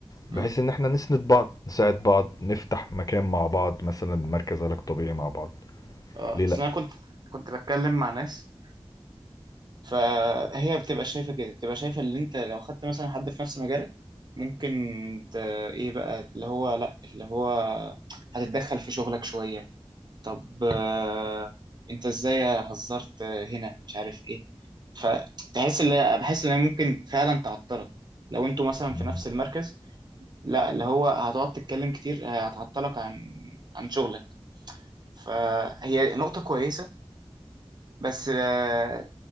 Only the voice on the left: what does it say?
بحيث
ان احنا نسند بعض نساعد بعض نفتح مكان مع بعض مثلا مركز علاج طبيعي مع بعض
ليه
لا
مم.